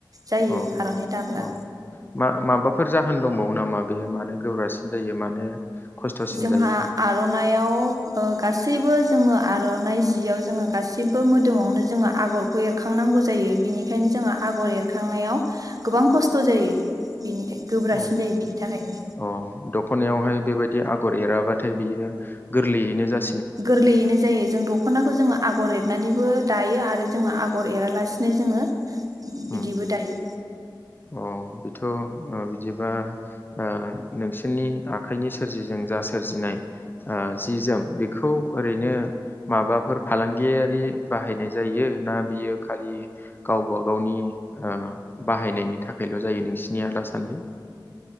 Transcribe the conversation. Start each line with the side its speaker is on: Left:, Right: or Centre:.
Right: जायो
Left: औ
Right: आर'नाइ दाब्ला
Left: औ मा माबाफोर जाहोन दंबावो नामा बेयो मानो गोब्रासिन जायो मानो? खस्थ'सिन
Right: जोंहा
Left: जायो
Right: आर'नाइआव ओ गासैबो जोङो आर'नाइ जियाव जोङो गासिबो मोदोमावनो जोङो आगरखौ एरखांनांगौ जायो बिनिखायनो जोङो आगर एरखांनायाव गोबां खस्थ' जायो। बेनिखाय गोब्रासिन
Left: अ
Right: जायो बेनि थाखायनो
Left: अ औ दख'नायावहाय बेबायदि आ गर एराबाथाय बियो गोरलैयैनो जाथ
Right: गोरलैयैनो जायो जों द खनाखौ जोङो आगर एरनानैबो दायो आरो जोङो आगर एरालासिनो जोङो बिदिबो
Left: उम
Right: दायो।
Left: अ बेथ'ओ बिदिबा ओ नोंसोरनि आखाइनि सोरजिजों जा सोरजिनाय ओ जि जोम बेखौ ओरैनो माबाफोर फालांगियारि बाहायनाय जायो ना बियो खालि गावबा गावनि ओ बाहायनायनि नि थाखायल' जायो नोंसिनिया दासान्दि